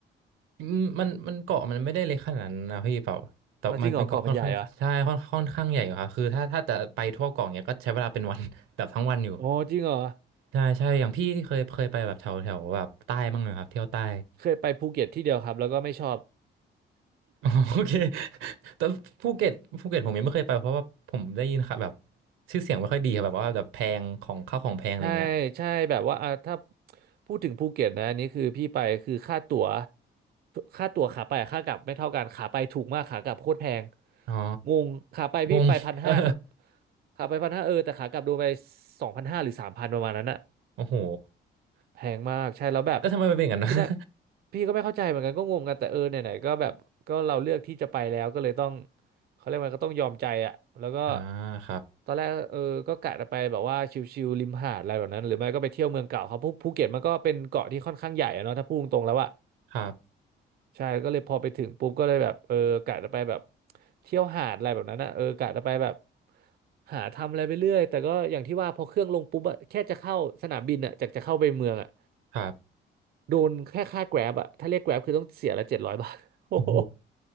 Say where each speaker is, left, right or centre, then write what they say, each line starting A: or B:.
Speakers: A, on the right (about 85°); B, on the right (about 50°).
A: อืมมันมันเกาะมันไม่ได้เล็กขนาดนั้นนะพี่เปล่าแต่มันเป็นเกาะค่อนข้างใช่ค่อนค่อนข้างใหญ่อยู่ครับคือถ้าถ้าจะไปทั่วเกาะเนี้ยก็ใช้เวลาเป็นวัน
B: อ๋อจริงเหรอเกาะมันใหญ่เหรอ
A: <laughs> แบบทั้งวันอยู่
B: อ๋อจริงเหรอ
A: ใช่ใช่อย่างพี่เคยเคยไปแบบแถวแถวแบบใต้บ้างไหมครับเที่ยวใต้
B: เคยไปภูเก็ตที่เดียวครับแล้วก็ไม่ชอบ
A: <laughs> อ๋อโอเคแต่ภูเก็ตภูเก็ตผมยังไม่เคยไปเพราะว่าผมได้ยินค่ะแบบชื่อเสียงไม่ค่อยดีครับแบบว่าแบบแพงของข้าวของแพงอะไรเงี้ย
B: <laughs> ใช่ใช่แบบว่าอ่ะถ้าพูดถึงภูเก็ตนะอันนี้คือพี่ไปคือค่าตั๋วค่าตั๋วขาไปกับค่ากลับไม่เท่ากันขาไปถูกมากขากลับโคตรแพง
A: อ๋อ
B: งงขาไปพี่ไปพันห้า
A: งง <laughs> เออ
B: ขาไปพันห้าเออแต่ขากลับโดนไปสองพันห้าหรือสามพันประมาณนั้นอะ
A: โอ้โห
B: แพงมากใช่แล้วแบบ
A: แล้วทำไมมันเป็นอย่างนั้นนะ
B: ที่นั่นพี่ก็ไม่เข้าใจเหมือนกันก็งงกันแต่เออไหนๆก็แบบก็เราเลือกที่จะไปแล้วก็เลยต้องเขาเรียกว่าก็ต้องยอมใจอ่ะแล้วก็
A: <laughs> อ่าครับ
B: ตอนแรกเออก็กะจะไปแบบว่าชิลๆริมหาดอะไรแบบนั้นหรือไม่ก็ไปเที่ยวเมืองเก่าเขาภูภูเก็ตมันก็เป็นเกาะที่ค่อนข้างใหญ่อะเนาะถ้าพูดตรงๆแล้วอ่ะ
A: ครับ
B: ใช่ก็เลยพอไปถึงปุ๊บก็เลยแบบเออกะจะไปแบบเที่ยวหาดอะไรแบบนั้นอ่ะเออกะจะไปแบบหาทำอะไรไปเรื่อยแต่ก็อย่างที่ว่าพอเครื่องลงปุ๊บอะแค่จะเข้าสนามบินอ่ะจากจะเข้าไปเมืองอ่ะ
A: ครับ
B: โดนแค่ค่าแกร็บอะถ้าเรียกแกร็บคือต้องเสียละเจ็ดร้อยบาท <laughs> โอ้โห
A: โอ้โห